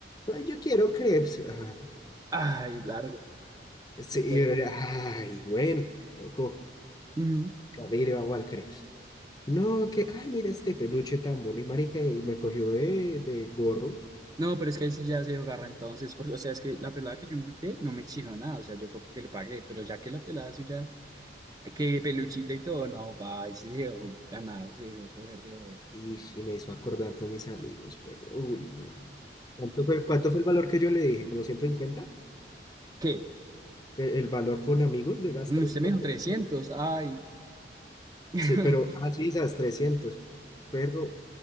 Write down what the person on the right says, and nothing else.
Ay, largo.
Ok.
Ujú.
No, pero es que ahí sí ya se agarra entonces, porque, o sea, es que la pelada que yo invité no me exigió nada, o sea, yo fue porque le pagué, pero ya que la pelada suya, que peluchita y todo, no, pa, ahí sí se dejó ganar, se dejó coger de bobo.
¿Qué?
Mm, Usted me
dijo trescientos,
ay. <laughs>